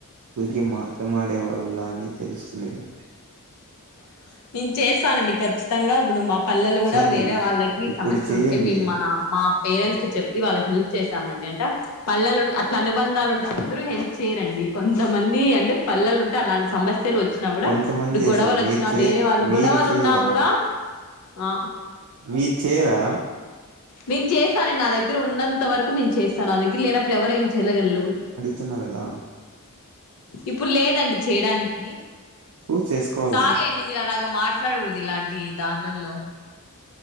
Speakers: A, on the right; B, on the left.
A: ఊరికే మాట్మాడే వాళ్ళ అని తెలుస్తుంది ఈడ
B: <unintelligible> నేను చేస్తానండి ఖచ్చితంగా ఇప్పుడు మా పల్లలు కూడా
A: సర్లే
B: వేరే వాళ్ళకి
A: ఇప్పుడు
B: సమస్య
A: చెయ్యండి
B: ఉంటే మే మన మా పేరెంట్స్ కి చెప్పి వాళ్ళ హెల్ప్ చేసామండి అంటా పల్లలు అట్ల అనుబంధాలు ఉంటాయి అందరూ. హెల్ప్ చే య చేయరండి కొంతమంది అంటే పల్లెలు ఉంటే అలాంటి సమస్యలు వచ్చినా కూడా
A: కొంతమంది
B: ఇప్పుడు
A: చేసారు
B: గొడవలు వచ్చినా
A: మీరు చే
B: వేరే వాళ్ళు
A: మీరు
B: గొడవలుండ
A: చేయరా
B: గూడా ఆ.
A: మీరూ చేయ్య రా,
B: నేను చేస్తానండి నా దగ్గర ఉన్నంత వరకు నేను చేస్తాను నా దగ్గర లేనప్పుడు ఎవర ఏం చేయగలవుని
A: తిన్నగద.
B: ఇప్పుడు లేదండి చేయడానికి
A: ప్రూవ్ చేసుకోవాలా
B: సారీ అండి. మీరు అలాగ మాట్లాడకూడదు ఇలాంటి దాన్లలో